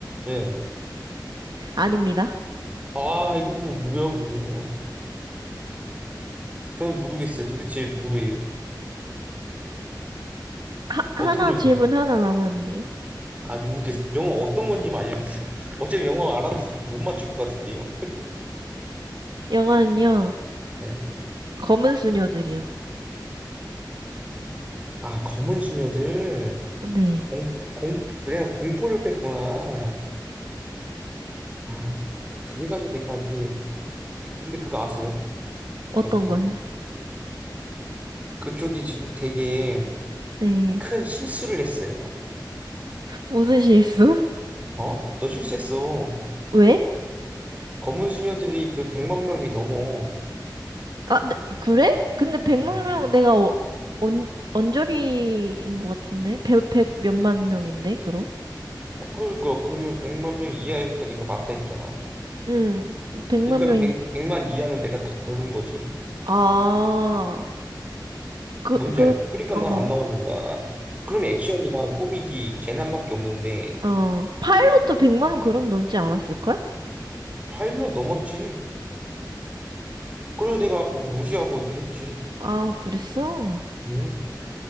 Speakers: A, on the right; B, on the right.
A: 예.
B: 아닙니다.
A: 아 이거 뭐 뭐야 그러면? 전 모르겠어요. 도대체 뭐예요?
B: 하, 하나
A: 어떤 영화예요?
B: 질문 하나 남았는데요.
A: 아 모르겠어요. 영화 어떤 건지 알려주세요. <laughs> 어차피 영화 알아도 지금 못 맞출 것 같은데요.
B: 영화는요,
A: 네.
B: 검은 수녀들이요.
A: 아 검은 수녀들
B: 네.
A: 공 공 내가 공포를 뺐구나. 아 그래가지고 내가 이게 근데 그거 아세요?
B: 어떤
A: 저기요.
B: 거예요?
A: 그쪽이 지금 되게
B: 네.
A: 큰 실수를 했어요.
B: 무슨 실수?
A: 어? 너 실수했어.
B: 왜?
A: 검은 수녀들이 그 100만 명이 넘어.
B: 아, 네, 그래? 근데 백만
A: 네.
B: 명 내가 어, 언, 언저리인 것 같은데? 백, 백 몇만 명인데, 그럼?
A: 그- 그러니까 그러면 100만 명 이하니까 네가 맞다 했잖아.
B: 응, 백만
A: 그러니까
B: 명이.
A: 100, 만 이하는 내가 다 걸른 거지.
B: 아, 그,
A: 뭔지
B: 그,
A: 알지? 그러니까
B: 어,
A: 난 안 나오는 거야. 그럼 액션이랑 코미디 재난밖에 없는데
B: 어. 파일럿도 백만 원 그럼 넘지 않았을걸?
A: 파일로 넘었지. 그래서 내가 뭐 무시하고 이렇게 했지.
B: 아, 그랬어?
A: 음.